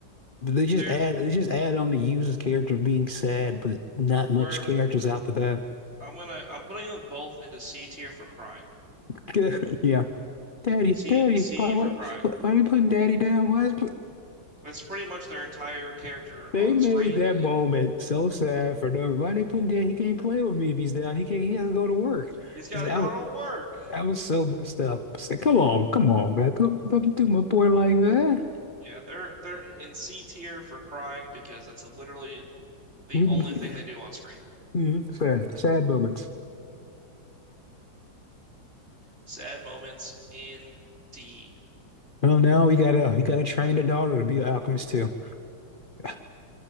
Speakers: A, on the left; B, on the right.
A: they just
B: they're
A: add they just add on the user's character being sad, but not much
B: we're
A: characters after that.
B: I'm gonna I'm putting them both into C tier for crying.
A: <laughs> Yeah, Daddy,
B: C
A: Daddy,
B: C
A: why what
B: for crying.
A: why why are you putting Daddy down? Why is
B: That's pretty much their entire character
A: <laughs> they
B: on
A: made
B: screen
A: that moment so sad for no why they putting Daddy? He can't play with me if he's down. He can't. He has to go to work.
B: He's got
A: I said,
B: to
A: I
B: go
A: was,
B: to work.
A: I was so messed up. I said, come on, come on, man, don't, don't do my boy like that.
B: Yeah, they're they're in C tier for crying because that's literally the
A: <laughs>
B: only thing they do on screen.
A: Mhm. Sad, sad moments.
B: Sad moments indeed.
A: Oh no, we gotta we gotta train the daughter to be an alchemist too. <laughs> I